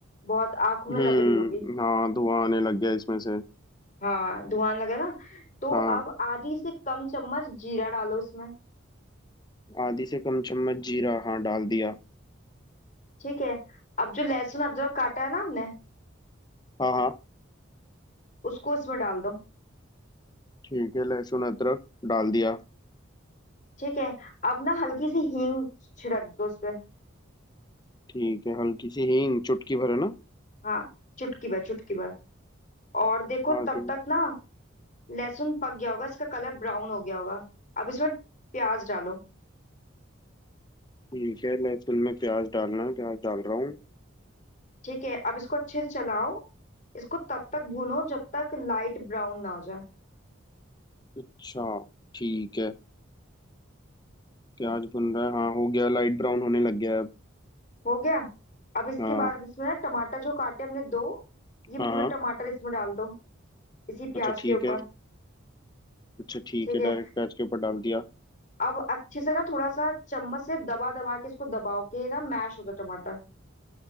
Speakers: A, on the left; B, on the left.
A: बहुत आंखों में
B: हम्म
A: लग रही होगी
B: हाँ धुआं आने लग गया इसमें से
A: हाँ धुआं लगा ना तो
B: हाँ
A: अब आधी से कम चम्मच जीरा डालो इसमें
B: आधी से कम चम्मच जीरा हाँ डाल दिया
A: ठीक है अब जो लहसुन अदरक काटा है ना हमने
B: हाँ हाँ
A: उसको इसमें डाल दो
B: ठीक है लहसुन अदरक डाल दिया
A: ठीक है अब ना हल्की सी हींग छिड़क दो उस पे
B: ठीक है हल्की सी हींग चुटकी भर है ना
A: हाँ चुटकी भर चुटकी भर और देखो
B: हाँ
A: तब
B: ठीक
A: तक ना लहसुन पक गया होगा इसका कलर ब्राउन हो गया होगा अब इसमें प्याज डालो
B: ठीक है लहसुन में प्याज डालना है प्याज डाल रहा हूँ
A: ठीक है अब इसको अच्छे से चलाओ इसको तब तक भूनो जब तक लाइट ब्राउन ना हो जाए
B: अच्छा ठीक है प्याज बन रहा है हाँ हो गया लाइट ब्राउन होने लग गया है अब।
A: हो गया अब इसके
B: हाँ
A: बाद इसमें ना टमाटर जो काटे हमने दो ये
B: हाँ
A: पूरे
B: हाँ
A: टमाटर इसमें डाल दो इसी प्याज
B: अच्छा ठीक
A: के ऊपर
B: है अच्छा ठीक
A: ठीक
B: है
A: है
B: डायरेक्ट प्याज के ऊपर डाल दिया
A: अब अच्छे से ना थोड़ा सा चम्मच से दबा दबा के इसको दबाओ कि ना मैश हो जाए टमाटर